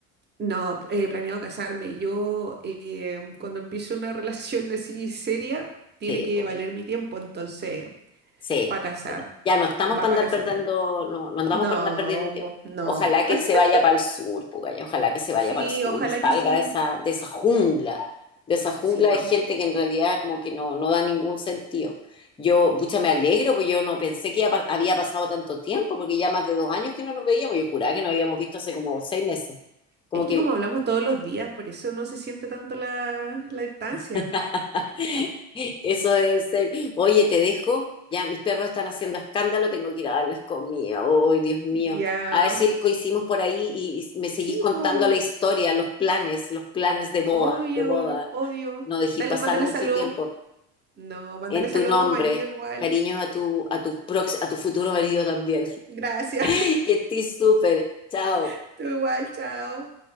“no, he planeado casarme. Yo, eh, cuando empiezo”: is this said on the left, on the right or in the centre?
Right